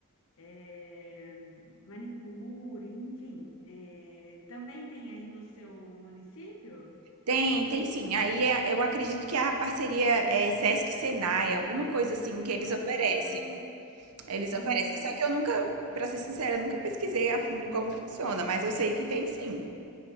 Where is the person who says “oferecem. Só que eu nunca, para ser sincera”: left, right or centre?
Right